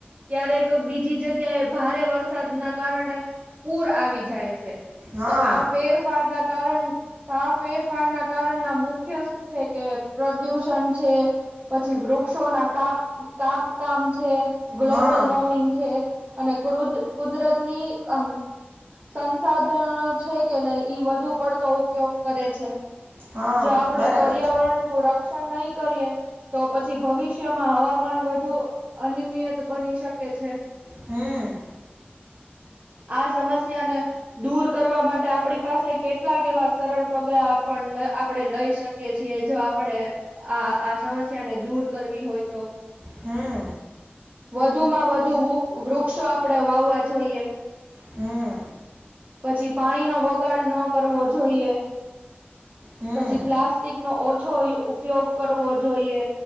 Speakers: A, on the right; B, on the right.
A: ક્યારેક બીજી જગ્યા એ ભારે વરસાદ ના કારણે પૂર આવી જાય છે.
B: હા
A: તો આ ફેરફાર ના કારણ તા ફેરફાર ના કારણના મુખ્ય શું છે કે પ્રદુષણ છે પછી વૃક્ષો ના કાપ કાપકામ છે. ગ્લોબલ
B: હા.
A: અને <unintelligible> કુદરતની આમ સંસાધનો છે કે નહી ઈ વધુ પડતો ઉપયોગ કરે છે.
B: હા
A: જો આપડે
B: બરાબર
A: પર્યાવરણ
B: છે
A: નું રક્ષણ નહી કરીએ તો પછી ભવિષ્યમાં હવામાન વધુ અનિમયત બની શકે <inaudible> છે.
B: હમ્મ.
A: <inaudible> આ સમસ્યાને દૂર કરવા માટે આપણી પાસે કેટલાક એવા સરળ પગલા આપણે આપણે લઈ શકીએ છીએ જો આપણે આ આ સમસ્યા ને દૂર કરવી હોય, તો
B: હમ.
A: વધુ માં વધુ વૃક્ષો આપણે વાવવા જોઈએ.
B: હમ.
A: પછી પાણી નો બગાડ ન કરવો જોઈએ
B: હમ
A: પછી પ્લાસ્ટિક નો ઓછો ઉપયોગ કરવો જોઈએ.